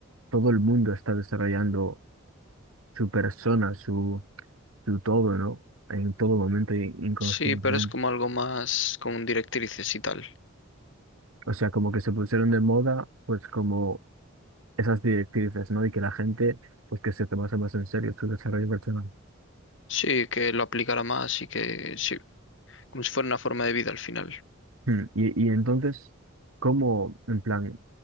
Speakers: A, on the right (about 85°); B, on the left (about 60°).
A: todo el mundo está desarrollando su persona, su en todo, ¿no? En todo momento, in- inconscientemente.
B: Sí, pero es como algo más con directrices y tal.
A: O sea, como que se pusieron de moda, pues como esas directrices, ¿no? Y que la gente, pues que se tomase más en serio su desarrollo personal.
B: Sí, que lo aplicara más y que sí, como si fuera una forma de vida al final.
A: Hmm, Y, y entonces, ¿cómo, en plan,